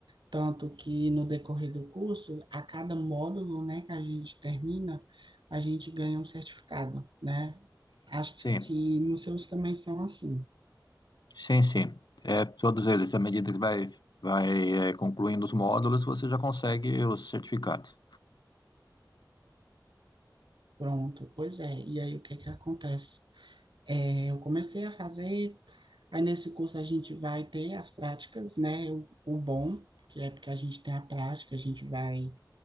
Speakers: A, on the right (about 80°); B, on the left (about 65°).
A: tanto que no decorrer do curso, a cada módulo, né, que a gente termina, a gente ganha um certificado, né? Acho
B: Sim,
A: que nos seus também são assim.
B: Sim, sim. É, todos eles, à medida que vai, vai é, concluindo os módulos, você já consegue os certificados.
A: Pronto, pois é. E aí o que que acontece? É, eu comecei a fazer Aí nesse curso a gente vai ter as práticas, né? O, o bom, que é porque a gente tem a prática, a gente vai